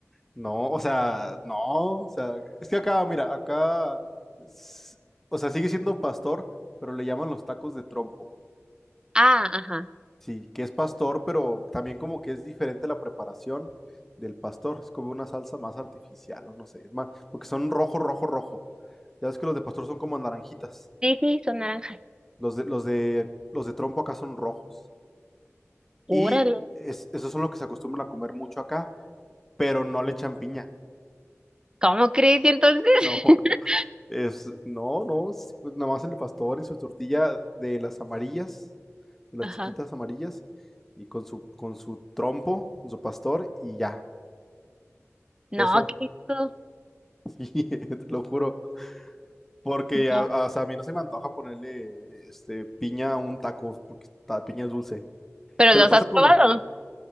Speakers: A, in the centre; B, on the right.
A: No, o sea, no, o sea, es que acá, mira, acá, s- o sea, sigue siendo pastor, pero le llaman los tacos de trompo.
B: Ah, ajá.
A: Sí, que es pastor, pero también como que es diferente la preparación del pastor. Es como una salsa más artificial, o no sé, más, porque son rojo, rojo, rojo. Ya ves que los de pastor son como naranjitas.
B: Sí, sí, son naranjas.
A: Los de, los de, los de trompo acá son rojos.
B: Órale.
A: Y es- esos son los que se acostumbran a comer mucho acá, pero no le echan piña. <laughs>
B: ¿Cómo crees? ¿Y entonces?
A: No,
B: <laughs>
A: es, no, no, es, pues, nada más el pastor y su tortilla de las amarillas, de las
B: Ajá.
A: chiquitas amarillas, y con su, con su trompo, con su pastor, y ya.
B: No,
A: Eso,
B: qué rico.
A: <laughs> sí, te lo juro. Porque a,
B: No.
A: a- o sea, a mí no se me antoja ponerle este, piña a un taco, porque la piña es dulce.
B: ¿Pero
A: Te
B: los
A: lo paso
B: has
A: con
B: probado?
A: la.